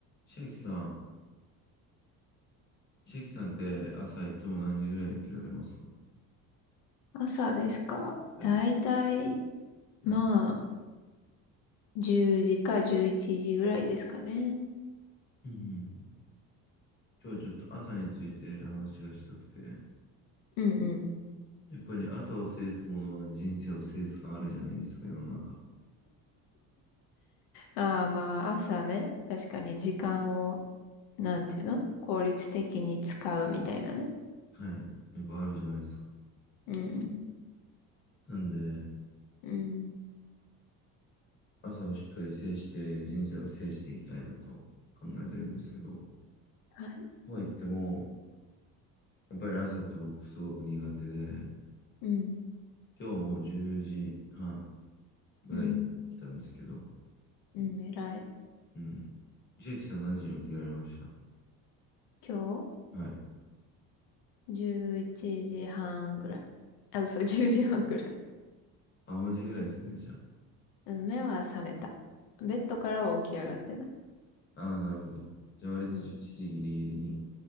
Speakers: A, on the left (about 30°); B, on the left (about 80°).
A: 千秋さん、千秋さんって朝いつも何時ぐらいに起きられますか
B: 朝ですかだいたい、
A: はい、ちょ、はい。
B: まあ、10時か11時ぐらいですかね。
A: うんうんうん。今日ちょっと朝について話がしたくて、
B: うんうん。
A: やっぱり朝を制すものは人生を制す感あるじゃないですか、世の中。
B: ああ、まあ、朝ね。確かに時間を、なんていうの効率的に使うみたいなね。
A: はい。やっぱあるじゃないですか。
B: うん。
A: なんで、
B: うん。
A: 朝をしっかり制して人生を制していきたいなと考えてるんですけど、
B: はい。
A: とは言っても、やっぱり朝って僕すごく苦手で、
B: うん。
A: 今日も10時半ぐらいに来たんですけど、
B: うん。うん、偉い。
A: うん、千秋さん何時に起きられました
B: 今
A: はい。
B: 日、11時半ぐらい。あ、嘘、10時半ぐらい。
A: あ、同じぐらいですね、じゃ
B: うん目は覚めた。ベッドからは起き上がってない。
A: あ。ああ、なるほど。じゃあ割と11時ギリギリに、
B: うん。